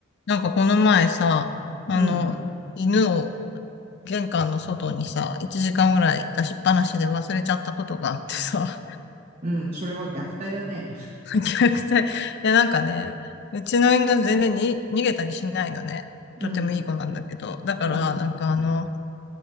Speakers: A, on the left; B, on the right.
A: なんかこの前さ、あの、
B: うん、
A: 犬を玄関の外にさ、1時間ぐらい出しっぱなしで忘れちゃったことがあってさ、
B: うん、それは虐待だね。
A: <laughs> 虐待。いや、なんかね、うちの犬全然に逃げたりしないのね。
B: うん、
A: とてもいい子なんだけど。だから、
B: うん、
A: なんかあの、